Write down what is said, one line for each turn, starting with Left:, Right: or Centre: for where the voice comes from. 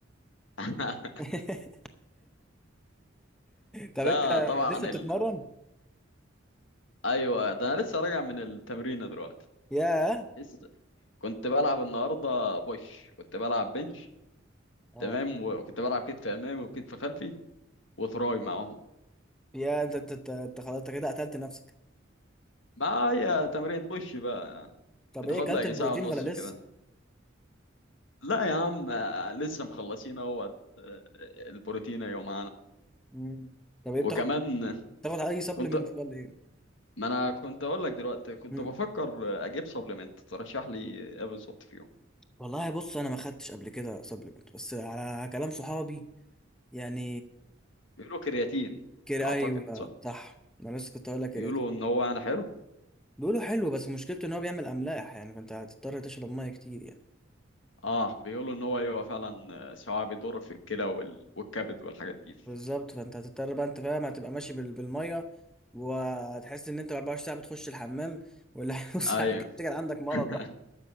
Left: <laughs>
Centre: <laughs> طب
Left: ده
Centre: انت
Left: طبعا
Centre: لسه بتتمرن
Left: ال... ايوه ده انا لسه راجع من التمرين دلوقتي
Centre: ياه
Left: لسه كنت بلعب النهارده بوش كنت بلعب بنش
Centre: اه
Left: تمام وكنت بلعب كتف امامي وكتف خلفي وتراي معاهم
Centre: يا انت انت انت انت خلاص انت كده قتلت نفسك
Left: معايا تمرين بوش بقى يعني
Centre: طب
Left: بتاخد
Centre: ايه اكلت
Left: لها يجي
Centre: البروتين
Left: ساعه ونص
Centre: ولا
Left: كده
Centre: لسه
Left: لا يا عم آه، لسه مخلصين اهوت آه، البروتين يوم
Centre: مم. طب ايه
Left: وكمان
Centre: بتاخد بتاخد اي سبلمنت
Left: كنت
Centre: ولا ايه
Left: ما انا كنت اقول لك دلوقتي كنت
Centre: مم.
Left: بفكر اجيب سبلمنت ترشح لي ايه بالظبط فيهم
Centre: والله بص انا ما خدتش قبل كده سبلمنت بس على كلام صحابي يعني
Left: بيقولوا كرياتين
Centre: كده
Left: اعتقد
Centre: ايوه
Left: صح
Centre: صح انا لسه كنت هقول لك كده
Left: بيقولوا
Centre: دي
Left: ان هو انا حلو
Centre: بيقولوا حلو بس مشكلته ان هو بيعمل املاح يعني فانت هتضطر تشرب ميه كتير يعني
Left: اه بيقولوا ان هو ايوه فعلا آه، سواء بيضر في الكلى وال... والكبد والحاجات دي
Centre: بالظبط فانت هتضطر بقى انت فاهم هتبقى ماشي بال... بالميه وهتحس ان انت 24 ساعه بتخش الحمام ولا <laughs> نص
Left: ايوه
Centre: ساعه كده تفتكر <laughs> عندك مرض
Left: <laughs>